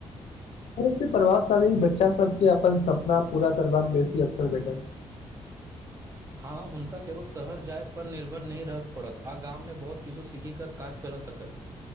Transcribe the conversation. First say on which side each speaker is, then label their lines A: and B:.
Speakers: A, on the left (about 80°); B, on the right (about 30°).
A: सँ प्रभावशाली बच्चा सबके अपन सपना पूरा करबाक बेसी अवसर भेठल
B: हँ हुनका केवल शहर जाय पर निर्भर नी रहत पड़त आ गाँव में बहुत किछु सीखीक काज कर सकत